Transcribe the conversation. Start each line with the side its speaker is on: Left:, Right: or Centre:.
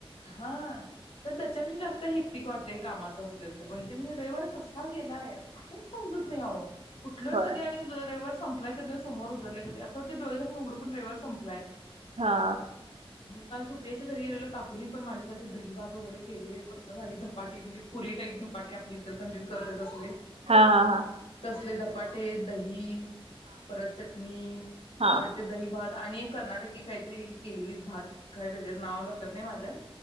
Left: हा पण त त्याच्या बी पण जास्त हेक्टक वाटतं कामाचं अस, नंतर माहिती आहे, म्हणजे रविवार कसा गेलाय. काहीच समजत नाही हवं आहो. कुठल
Right: होय
Left: कधी आणि अ रविवार. संपलाय कधी, सोमवार उज उघडले असं वाटत डोळे झाकून उघडू पण रविववर संपलाय.
Right: हा
Left: मग काल सुप्रिया च्या घरी गेलेलो का कोणी पण माझ्यासाठी दहीभात वगैरे केलेले, कसलं भारी धपाटे म्हणजे. पुरी टाईप धपाटे आप इचलकरंजीत करतोय तसली.
Right: हा हा हा
Left: असले धपाटे दही परत चटणी,
Right: हा
Left: परत
Right: हा
Left: ते दहीभात आणि एक कर्नाटकी काहीतरी. केलेली भात काय वेगळं नाव लक्षात नाही माझं